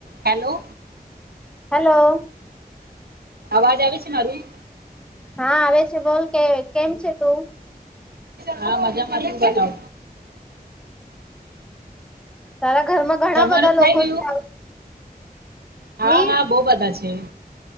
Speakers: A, on the right (about 80°); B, in the centre.
A: Hello.
B: Hello.
A: અવાજ આવે છે, મારી
B: હા આવે છે, બોલ કે કેમ છે, તું.
A: હા મજામાં
B: તારા ઘરમાં ઘણા
A: જમવાનું
B: બધા લોકો
A: થઈ ગયું
B: છે.
A: હા
B: ની
A: હા બહુ બધા છે